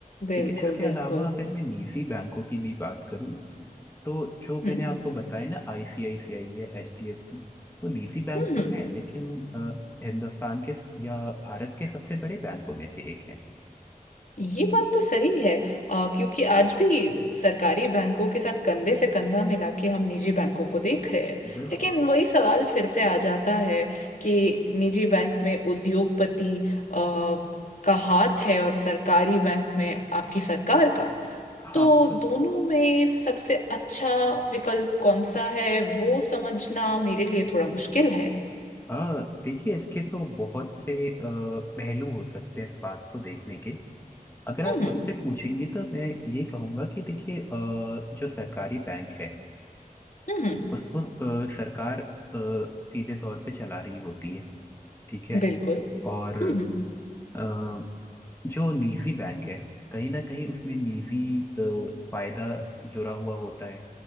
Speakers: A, on the left (about 60°); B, on the left (about 15°).
A: बिल्कुल
B: लेकिन इसके अलावा
A: बिल्कुल
B: अगर मैं निजी बैंकों की भी बात करूँ तो जो मैंने
A: हम्म
B: आपको बताया ना आईसीआईसीआई या एचडीएफसी वो निजी बैंक
A: हम्म
B: तो
A: हम्म,
B: है लेकिन अ, हिंदुस्तान के या भारत के सबसे बड़े बैंकों में से एक है
A: ये बात तो सही है अ, क्योंकि आज भी सरकारी बैंकों के साथ कंधे से कंधा मिला के हम निजी बैंकों को देख रहे हैं
B: बिल्कुल
A: लेकिन वही सवाल फिर से आ जाता है कि निजी बैंक में उद्योगपति अ, का हाथ है और सरकारी बैंक में आपकी सरकार का
B: हाँ
A: तो
B: तो
A: दोनों में सबसे अच्छा विकल्प कौन सा है वो समझना मेरे लिए थोड़ा मुश्किल है
B: आ, देखिए इसके तो बहुत से अ, पहलू हो सकते हैं इस बात को देखने के अगर
A: हम्म
B: आप मुझसे पूछेंगी तो मैं ये कहूँगा कि देखिए अ, जो सरकारी बैंक है
A: हम्म हम्म,
B: उसको अ, सरकार अ, सीधे तौर पे चला रही होती है ठीक है
A: बिल्कुल हम्म
B: और
A: हम्म,
B: अ, जो निजी बैंक है कहीं ना कहीं उसमें निजी अ, फायदा जुड़ा हुआ होता है